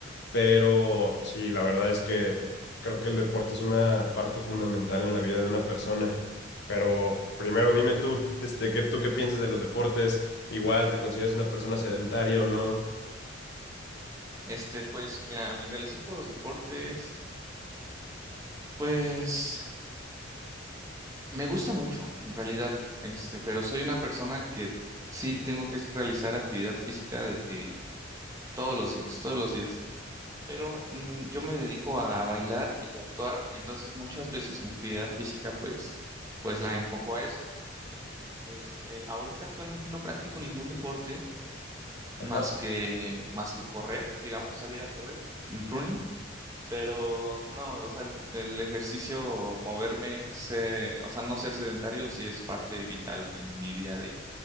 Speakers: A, on the left; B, on the right.
A: pero sí, la verdad es que creo que el deporte es una parte fundamental en la vida de una persona. Pero primero dime tú, este, ¿qué tú qué piensas de los deportes? Igual, ¿te consideras una persona sedentaria o no?
B: Este, pues mira, mi relación con los deportes, pues me gusta mucho, en realidad, este, pero soy una persona que sí tengo que realizar actividad física de que todos los días, todos los días. pero mm, yo me dedico a bailar y a actuar, entonces muchas veces mi actividad física pues, pues la enfoco a eso. En- este, ahorita actualmente no practico ningún deporte más
A: ajá
B: que, más que correr, digamos, salir a correr, el running, pero no, o sea, el, el ejercicio, moverme, se- o sea, no ser sedentario sí es parte vital en mi día a día.